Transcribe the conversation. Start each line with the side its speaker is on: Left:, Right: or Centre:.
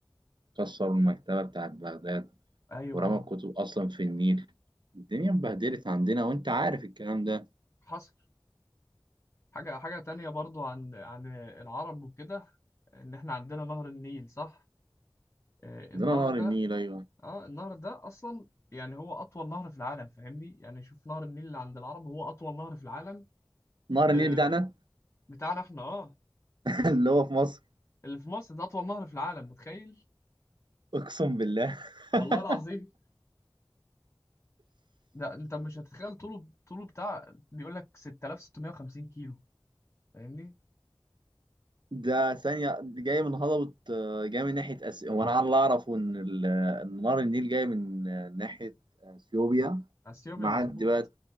Right: كسروا المكتبة بتاعت بغداد
Left: ايوه
Right: ورمى الكتب أصلا في النيل الدنيا اتبهدلت عندنا وأنت عارف الكلام ده
Left: حصل حاجة حاجة تانية برضو عن عن العرب وكده إن إحنا عندنا نهر النيل صح؟ آه، النهر
Right: عندنا نهر
Left: ده
Right: النيل أيوه
Left: آه النهر ده أصلا يعني هو أطول نهر في العالم فاهمني؟ يعني شوف نهر النيل اللي عند العرب هو أطول نهر في العالم
Right: نهر النيل
Left: آه،
Right: بتاعنا
Left: بتاعنا إحنا آه
Right: <laughs> اللي هو في مصر
Left: اللي في مصر ده أطول نهر في العالم متخيل؟
Right: اقسم بالله
Left: والله
Right: <laughs>
Left: العظيم ده أنت مش هتتخيل طوله طوله بتاع بيقول لك 6650 كيلو فاهمني؟
Right: ده ثانية جاي من هضبة آه، جاي من ناحية أس... هو أنا على اللي أعرفه إن ال- إن نهر النيل جاي من آه، ناحية أثيوبيا
Left: أثيوبيا
Right: معدي
Left: مظبوط
Right: بقى